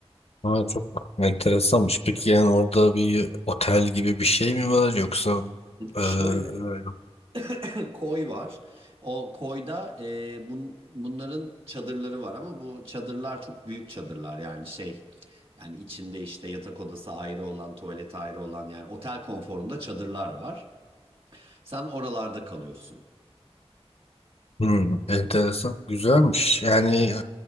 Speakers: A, on the left; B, on the right.
A: Ha, çok enteresanmış. Peki yani orada bir otel gibi bir şey mi var yoksa e,
B: Şöyle
A: e,
B: <clears throat> koy var. O koyda e, bun- bunların çadırları var ama bu çadırlar çok büyük çadırlar yani şey yani içinde işte yatak odası ayrı olan tuvalet ayrı olan yani otel konforunda çadırlar var. Sen oralarda kalıyorsun.
A: hmm, enteresan güzelmiş. Yani e,